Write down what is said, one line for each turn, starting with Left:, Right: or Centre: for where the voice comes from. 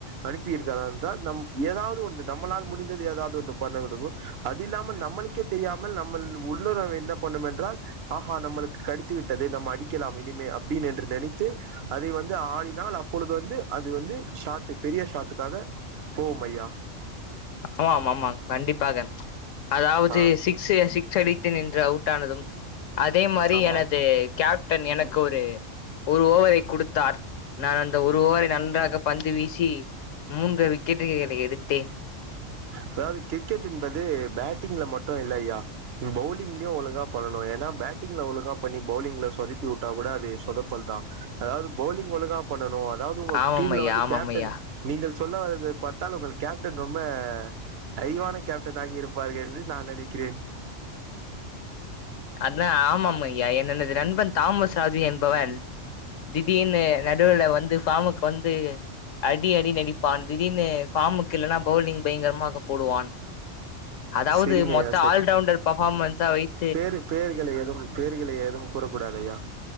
Right: அனுப்பியிருக்கிறார் என்றால் நம் ஏதாவது ஒன்று நம்மளால் முடிந்தது ஏதாவது ஒன்று பண்ண விடுமோ அது இல்லாமல் நம்மளுக்கு தெரியாமல் நம்மள் உள்ளுணர்வு என்ன பண்ணும் என்றால் ஆஹா நம்மளுக்கு கடித்துவிட்டது நம்ம அடிக்கலாம் இனிமே அப்டின்னு என்று நினைத்து அதை வந்து ஆடினால் அப்பொழுது வந்து அது வந்து ஷாட்டு் பெரிய ஷாட்டுக்காக போவும் ஐயா
Left: ஆமாம் ஆமாம் கண்டிப்பாக அதாவது
Right: ஆ
Left: சி க்ஸ் சிக்ஸ் அடித்து நின்று அவுட் ஆனதும் அதே மாரி
Right: ஆமாம்
Left: எனது கேப்டன் எனக்கு ஒரு ஒரு ஓவரை குடுத்தார் நான் அந்த ஒரு ஓவரை நன்றாக பந்து வீசி மூன்று விக்கெட்டுகளை எடுத்தேன்
Right: அதாவது கிரிக்கெட் என்பது பேட்டிங்ல மட்டும் இல்லய்யா பவுலிங்லயு ஒழுங்கா பண்ணணு ஏன்னா பேட்டிங்கில ஒழுங்கா பண்ணி பவுலிங்கில சொதப்பி விட்டா கூட அது சொதப்பல் தா அதாவது பவுலிங் ஒழுங்கா பண்ணணும் அதாவது உங்க
Left: ஆமாம்
Right: டீம்ல
Left: ஐயா
Right: வந்து
Left: ஆமாம்
Right: கேப்டன்
Left: ஐயா
Right: நீங்கள் சொல்ல வது பாத்தால் உங்கள் கேப்டன் ரொம்ப அறிவான கேப்டனாகி இருப்பார் என்று நான் நினைக்கிறேன்
Left: அதான் ஆமாம் ஐயா எனது நண்பன் தாமஸ்ராஜு என்பவன் திடீனு நடுவுல வந்து ஃபாமுக்கு வந்து அடி அடி அடிப்பான் திடீர்னு ஃபாமுக்கு இல்லைன்னா பவுலிங் பயங்கரமாக போடுவான் அதாவது
Right: சரிங்கய்யா
Left: மொத்தோ ஆல்ரவுண்டர் பர்ஃபார்மன்ஸா வைத்
Right: பேர் பேர்களை எதவும் பேர்களை எதுவும் கூறக்க கூடாதுஐயா